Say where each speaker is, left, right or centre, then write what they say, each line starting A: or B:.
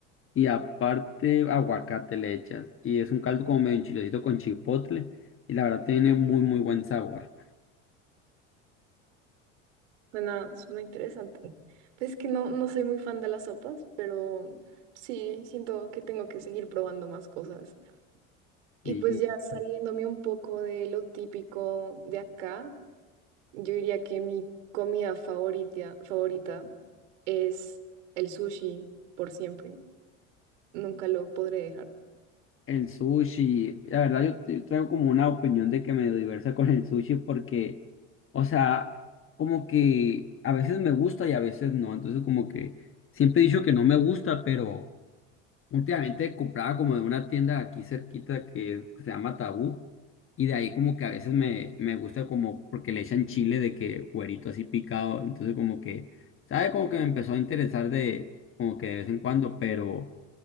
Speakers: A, on the left; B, on the right.
A: y aparte aguacate le echas. Y es un caldo como medio enchiladito con chipotle, y la verdad tiene muy, muy buen sabor.
B: Suena, suena interesante. Pues es que no, no soy muy fan de las sopas, pero sí, siento que tengo que seguir probando más cosas.
A: Sí.
B: Y pues ya saliéndome un poco de lo típico de acá, yo diría que mi comida favorita, favorita es el sushi por siempre. Nunca lo podré dejar.
A: El sushi, la verdad yo te- traigo como una opinión de que medio diversa con el sushi porque, o sea, como que a veces me gusta y a veces no, entonces como que siempre he dicho que no me gusta, pero últimamente compraba como de una tienda aquí cerquita que se llama Tabú y de ahí como que a veces me, me gusta como porque le echan chile de que güerito así picado, entonces como que, ¿sabe? Como que me empezó a interesar de como que de vez en cuando, pero...